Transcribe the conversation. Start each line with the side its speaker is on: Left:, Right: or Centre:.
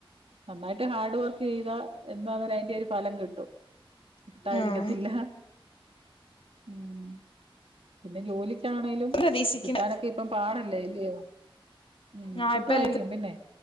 Right: നന്നായിട്ട് ഹാർഡ് വർക്ക് ചെയ്താ എൻ <unintelligible> അതിൻ്റെ ഒരു ഫലം കിട്ടും ണ്ടായിരിക്കത്തില്ല
Left: ആഹ്
Right: ഉം പിന്നെ ജോലിക്കാണേലും
Left: പ്രതീക്ഷിക്കണ്
Right: കിട്ടാനൊക്കെ ഇപ്പം പാടല്ലേ യൊ <unintelligible> ഉം
Left: ആഹ്
Right: കാട്ടുമായിരിക്കും
Left: ഇപ്പൊ എല്ലാത്തിനും
Right: പിന്നെ